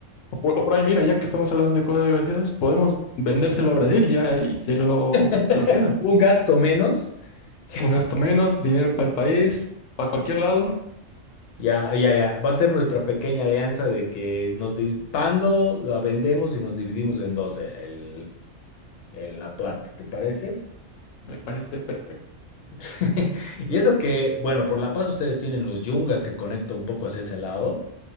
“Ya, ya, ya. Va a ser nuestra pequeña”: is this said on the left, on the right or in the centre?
Left